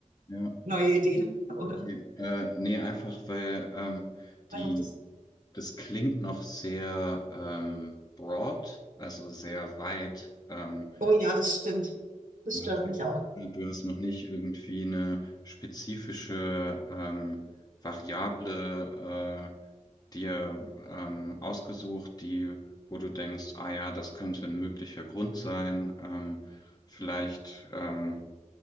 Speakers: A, on the left; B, on the right.
A: ja,
B: neue Ideen, oder?
A: okay. Äh, nee, einfach weil ähm,
B: Also
A: die
B: das,
A: das klingt noch sehr ähm, broad, also sehr weit. Ähm,
B: oh ja, das stimmt. Das
A: Du
B: stört
A: hast jetzt,
B: mich auch.
A: du hast noch nicht irgendwie eine spezifische ähm, Variable äh, dir ähm, ausgesucht, die, wo du denkst, ah ja, das könnte ein möglicher Grund sein. Ähm, vielleicht ähm,